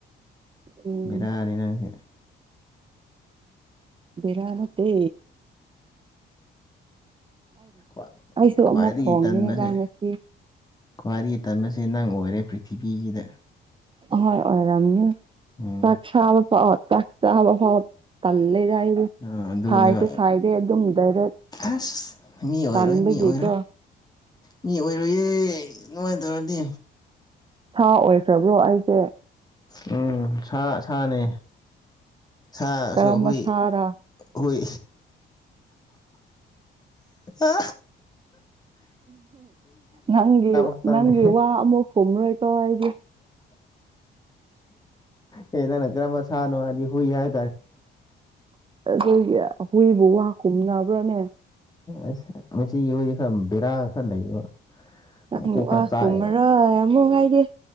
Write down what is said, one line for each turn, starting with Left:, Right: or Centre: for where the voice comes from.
Right: ꯎꯝ
Left: ꯔꯥꯠ ꯅꯪꯁꯦ
Right: ꯔꯥꯅꯠꯇꯦ
Left: ꯋꯥ
Right: ꯑꯩꯁꯨ
Left: ꯈ꯭ꯋꯥꯗꯤ
Right: ꯑꯃꯨꯛ ꯊꯣꯡꯉꯤꯅꯤꯗ
Left: ꯀ ꯇꯥꯟ ꯃꯁꯦ
Right: ꯉꯁꯤ
Left: ꯈ꯭ꯍꯔꯤ ꯇꯝꯁꯦ ꯅꯪ ꯑꯣꯏꯔꯦ ꯄ꯭ꯔꯤꯊꯤꯕꯤꯁꯤꯗ
Right: ꯍꯣꯏ ꯑꯣꯏꯔꯝꯅꯤ
Left: ꯎꯝ
Right: ꯇ꯭ꯔꯥꯛ ꯆꯕ ꯐꯥꯎ ꯇ꯭ꯔ ꯆꯕ ꯐꯥꯎ ꯇ ꯂꯩꯔ ꯑꯩꯁ
Left: ꯑꯥ ꯑꯗꯨꯅꯦꯕ
Right: ꯁꯥꯏꯁꯦ ꯁꯥꯏꯗꯦ ꯑꯗꯨꯝ ꯗꯥꯏꯔꯦꯛ
Left: ꯑꯁ ꯃꯤ ꯑꯣꯏꯔꯣꯏ
Right: ꯇꯥꯟꯕꯒꯤꯀꯣ
Left: ꯃꯤ ꯑꯣꯏꯔꯣꯏ ꯃꯤ ꯑꯣꯏ ꯑꯗꯨ ꯅꯨꯡꯉꯥꯏ ꯇꯔꯗꯤ
Right: ꯁꯥ ꯑꯣꯏꯈ꯭ꯔꯕ꯭ꯔꯣ ꯑꯩꯁꯦ
Left: ꯎꯝ ꯁꯥ ꯁꯥꯅꯦ ꯁꯥꯁꯨ
Right: ꯀꯔꯝꯕ
Left: ꯍꯨꯏ
Right: ꯁꯥꯔ
Left: ꯍꯨꯏ ꯑ
Right: ꯅꯪꯒꯤ
Left: ꯈꯛꯇꯪꯅꯦ
Right: ꯅꯪꯒꯤ ꯋꯥ ꯑꯃꯨꯛ ꯍꯨꯝꯔꯣꯏ ꯀꯏꯁꯦ
Left: ꯑꯦꯗ ꯅꯒ꯭ꯔꯃ ꯁꯥꯅꯣ ꯑꯗꯤ ꯍ ꯌꯥꯔ
Right: ꯑꯗꯨꯒꯤ ꯍꯨꯏꯕꯨ ꯋꯥ ꯈꯨꯝꯅꯕ꯭ꯔꯥꯅꯦ
Left: ꯑꯁ ꯃꯁꯤ ꯑꯩꯣꯏꯁ ꯈꯔ ꯕꯦꯔꯥ ꯈꯔ ꯂꯩꯌꯦꯕ
Right: ꯑꯩ
Left: ꯃꯀꯣꯛ
Right: ꯋꯥ
Left: ꯈꯔ ꯆꯥꯛꯑꯦꯕ
Right: ꯍꯨꯝꯃꯔꯣꯏ ꯑꯃꯨꯛ ꯍꯥꯏꯗꯤꯦ